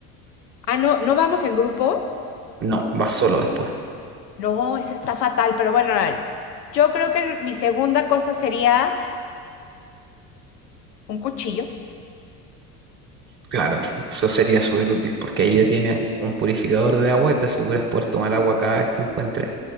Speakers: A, on the left; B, on the right.
A: Ah, no, no vamos en grupo.
B: No, vas solo después.
A: No, eso está fatal, pero bueno, dale. Yo creo que el- mi segunda cosa sería un cuchillo.
B: Claro, eso sería súper útil porque ahí ya tienes un purificador de agua y te aseguras poder tomar agua cada vez que encuentres.